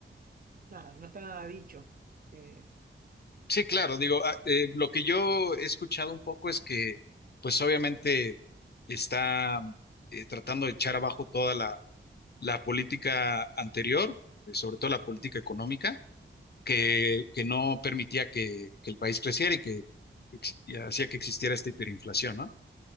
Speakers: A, on the right; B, on the left.
A: nada, no está nada dicho. Eh,
B: Sí, claro, digo, ah, eh, lo que yo he escuchado un poco es que, pues obviamente está eh, tratando de echar abajo toda la, la política anterior, eh, sobre todo la política económica, que, que no permitía que, que el país creciera y que ex- y hacía que existiera esta hiperinflación, ¿no?